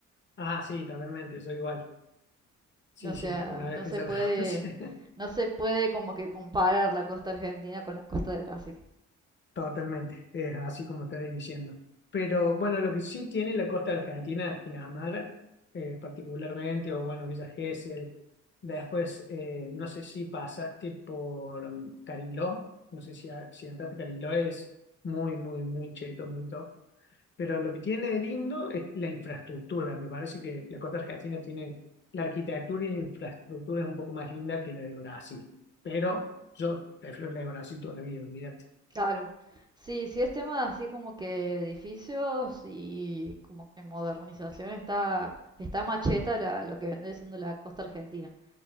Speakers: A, on the left; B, on the right.
A: Ah, sí, totalmente, soy igual. Sí,
B: O sea,
A: sí, una vez
B: no
A: que
B: se
A: se
B: puede,
A: conoce. <laughs>
B: no se puede como que comparar la costa argentina con la costa de Brasil.
A: Totalmente, es así como estás diciendo. Pero bueno, lo que sí tiene la costa argentina, Pinamar, eh, particularmente, o bueno, Villa Gesell. Después, eh, no sé si pasaste por mm, Cariló, no sé si, a- si entraste a Cariló, es muy, muy, muy cheto, muy top. Pero lo que tiene de lindo es la infraestructura. Me parece que la costa argentina tiene la arquitectura y la infraestructura es un poco más linda que la de Brasil. Pero yo prefiero la de Brasil toda la vida, olvídate.
B: Claro. Sí, sí es tema así como que edificios y como que modernización está, está macheta la, lo que vendría siendo la costa argentina.